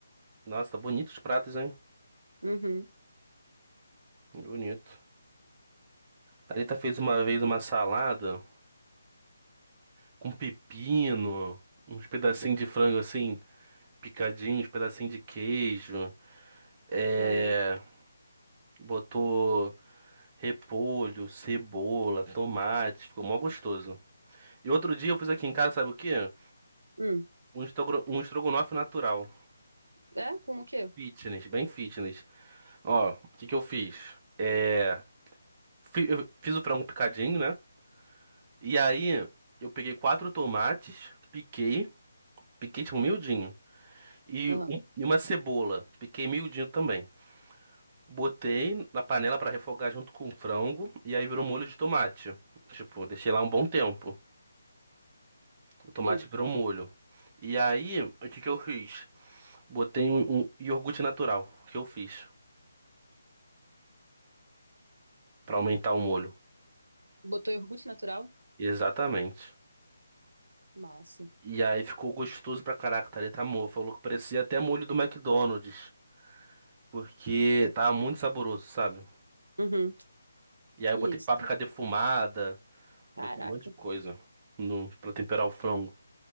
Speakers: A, on the right; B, on the right.
A: Nossa, tá bonito os pratos, hein?
B: Uhum.
A: Bonito. Thalita fez uma vez uma salada com pepino, uns pedacinhos de frango assim, picadinhos, pedacinho de queijo. É.
B: Caraca.
A: Botou. Repolho, cebola, tomate, ficou mó gostoso. E outro dia eu fiz aqui em casa, sabe o quê?
B: Hum.
A: Um, estogro... um estrogonofe natural.
B: É? Com o quê?
A: Fitness, bem fitness. Ó, o que que eu fiz? É... fi- Eu fiz o frango picadinho, né? E aí eu peguei quatro tomates, piquei, piquei tipo miudinho. E,
B: Aham.
A: um- e uma cebola, piquei miudinho também. Botei na panela pra refogar junto com o frango e aí virou molho de tomate. Tipo, deixei lá um bom tempo. O tomate
B: Sim.
A: virou molho. E aí, o que que eu fiz? Botei um, um iogurte natural, que eu fiz, pra aumentar o molho.
B: Botou iogurte natural?
A: Exatamente.
B: Massa.
A: E aí ficou gostoso pra caraca, Thalita mo Falou que parecia até molho do McDonald's, porque tava muito saboroso, sabe?
B: Uhum.
A: E aí eu
B: E
A: botei
B: esse?
A: páprica defumada,
B: Caraca.
A: botei um monte de coisa no, pra temperar o frango.